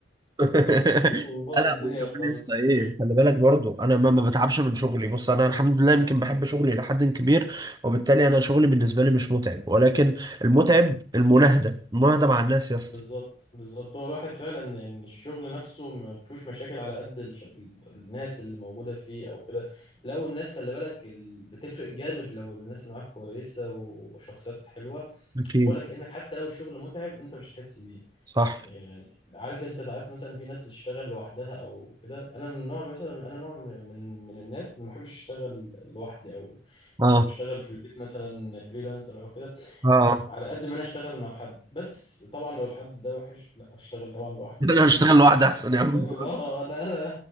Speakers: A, on the right; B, on the left.
A: <laughs>
B: <laughs> وبوظ
A: انا
B: الدنيا
A: وكمان
B: خالص
A: يا اسطى ايه خلي بالك برضو انا ما ما بتعبش من شغلي بص انا الحمد لله يمكن بحب شغلي الى حد كبير وبالتالي انا شغلي بالنسبه لي مش متعب ولكن المتعب المناهده المناهده مع الناس يا اسطى
B: بالظبط بالظبط هو الواحد فعلا يعني الشغل نفسه ما فيهوش مشاكل على قد الش... الناس اللي موجودة فيه او كده لو الناس خلي بالك ال... بتفرق جامد لو الناس اللي معاك كويسة وشخصيات حلوة
A: أكيد
B: ولا كأنك حتى لو الشغل متعب انت مش هتحس بيه
A: صح
B: يعني عارف انت ساعات مثلا في ناس بتشتغل لوحدها او كده انا من نوع مثلا انا نوع من من من الناس اللي ما بحبش اشتغل لوحدي او
A: اه
B: او اشتغل في البيت مثلا فريلانسر او كده
A: اه
B: آه، على قد ما انا اشتغل مع حد بس طبعا لو الحد ده وحش لا اشتغل طبعا لوحدي
A: <laughs> انا
B: احسن
A: اشتغل لوحدي احسن يا عم
B: فاهم؟ اه انا